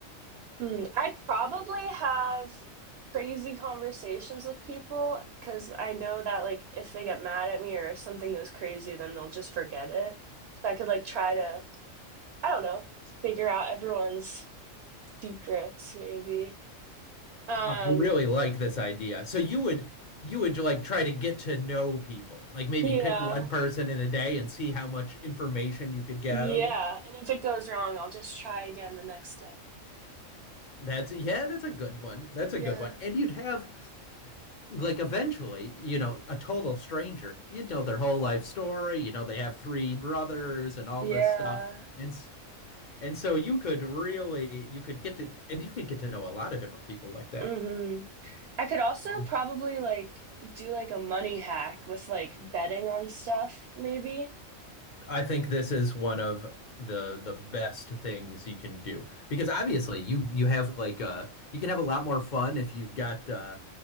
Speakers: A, on the right; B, on the left.
A: Hmm. I'd probably have crazy conversations with people because I know that like if they get mad at me or if something goes crazy, then they'll just forget it. So I could like try to, I don't know, figure out everyone's secrets maybe. Um,
B: I really like this idea. So you would you would like try to get to know people. Like maybe
A: yeah.
B: pick one person in a day and see how much information you could get
A: Yeah,
B: out of them.
A: and if it goes wrong, I'll just try again the next day.
B: That's yeah, that's a good one. That's a
A: Yeah.
B: good one. And you'd have like eventually, you know, a total stranger, you know their whole
A: Yeah.
B: life story, you know they have three brothers and all
A: Yeah.
B: this stuff. And and so you could really you could get to and you could get to know a lot of different people like that.
A: hmm I could also
B: Mhm.
A: probably like do like a money hack with like betting on stuff, maybe.
B: I think this is one of the the best things you can do because obviously you you have like a you can have a lot more fun if you've got uh